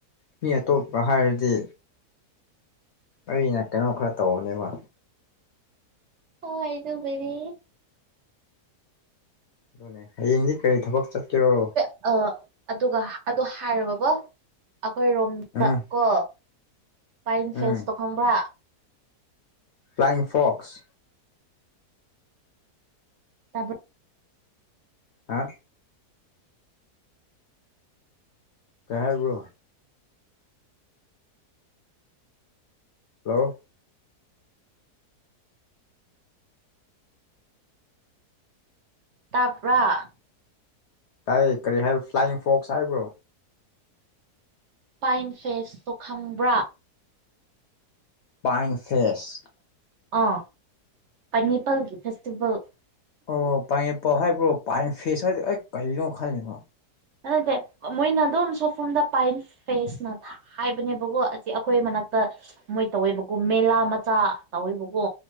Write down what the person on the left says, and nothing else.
ꯃꯤ ꯑꯇꯣꯞꯄ ꯍꯥꯏꯔꯗꯤ ꯑꯩꯅ ꯀꯩꯅꯣ ꯈꯔ ꯇꯧꯕꯅꯦꯕ
ꯑꯗꯨꯅꯦ ꯍꯌꯦꯡꯗꯤ ꯀꯔꯤ ꯊꯕꯛ ꯆꯠꯀꯦꯔꯣ
ꯎꯝ
ꯎꯝ
ꯐ꯭ꯂꯥꯏꯡ ꯐꯣꯛꯁ
ꯍꯥꯥ ꯀꯍꯦꯕꯨꯣ ꯍꯜꯂꯣ
ꯇꯥꯏ ꯀꯔꯤ ꯍꯥꯏꯕ ꯐ꯭ꯂꯥꯏꯌꯤꯡ ꯐꯣꯛꯁ ꯍꯥꯏꯕ꯭ꯔꯣ
ꯄꯥꯏ ꯐ꯭ꯔꯦꯁ
ꯑꯣ ꯄꯥꯏꯦꯄꯜ ꯍꯥꯏꯕ꯭ꯔꯣ ꯄꯥꯏ ꯐꯦꯁ ꯍꯥꯏꯕꯣ ꯑꯩ ꯀꯔꯤꯅꯣ ꯈꯜꯂꯤꯕꯣ